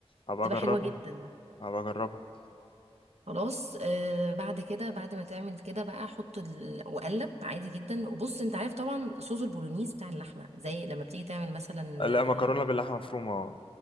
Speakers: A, on the left; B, on the right.
A: هبقى
B: بتبقى
A: اجربها
B: حلوه جدا
A: هبقى اجربها
B: خلاص آه بعد كده بعد ما تعمل كده بقى احط ال... واقلب عادي جدا وبص انت عارف طبعا صوص البولونيز بتاع اللحمه زي لما بتيجي تعمل مثلا
A: لا
B: آه،
A: مكرونه باللحمه مفرومه اه